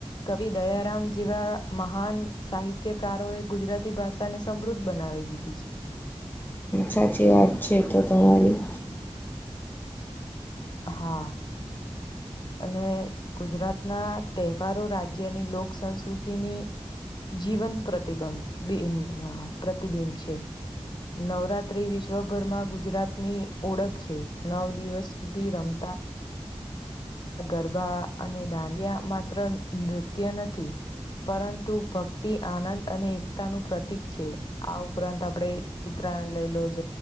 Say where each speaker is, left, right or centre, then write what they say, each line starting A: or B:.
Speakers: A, on the left (about 40°); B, on the left (about 15°).
A: કવિ દયારામ જેવા મહાન સાહિત્યકારો એ ગુજરાતી ભાષા તને સમૃદ્ બનાવી દીધી છે.
B: સાચી વાત છે એ તો તમારી
A: હા અને ગુજરાતના તહેવારો રાજ્યની લોક સંંસ્કૃતિની જીવન પ્રતિબબિ પ્રતિબિંબ છે. નવરાત્રી વિશ્વભરમાં ગુજરાતની ઓળખ છે, નવ દિવસ સુધી રમતા ગરબા અને દાંડિયા માત્ર નૃત્ય નથી પરંતુ ભક્તિ આનંદ અને એકતાનું પ્રતીક છે. આ ઉપરાંત આપણે ઉત્તરાયણ લઈ લો જ,